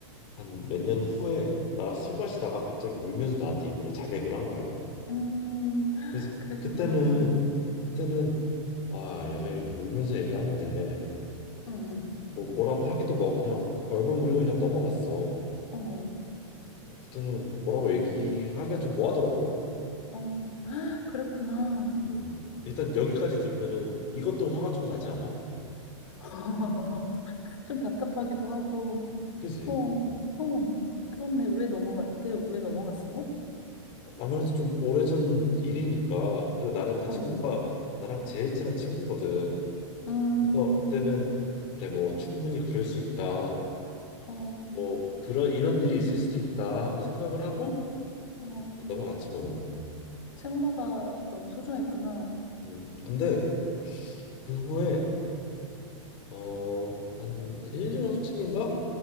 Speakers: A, on the left (about 35°); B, on the left (about 90°).
A: 한 몇 년 후에 나랑 술 마시다가 갑자기 울면서 나한테 이거를 자백을 한 거야
B: 음, <gasps>
A: 그래서
B: 그랬구나.
A: 그때는 그때는 아 얘가 이렇게 울면서 얘기하는데
B: 응,
A: 뭐 뭐라고 하기도 뭐 그냥 얼버무리고 그냥 넘어갔어
B: 응,
A: 어, 그때는 뭐라고 얘기하기가 좀 뭐하더라고
B: 어, 어, 그랬구나.
A: 음 일단 여기까지 들으면은 이것도 화가 좀 나지 않아?
B: <laughs> 좀 답답하기도 하고,
A: 그지
B: 어, 어, 그렇네. 왜 넘어갔, 내 왜 넘어갔어?
A: 아무래도 좀 오래전 일이니까 그리고 나는 그
B: 어,
A: 친구가 나랑 제일 친한 친구거든.
B: 음,
A: 그래서 그때는 그래 뭐 충분히 그럴 수 있다.
B: 어.
A: 뭐 그런 이런 일이 있을 수도 있다 하고 생각을 하고
B: 어,
A: 어, 넘어갔지 뭐.
B: 친구가 너무 소중했구나.
A: 음 근데 그 후에 어한 1년 후쯤인가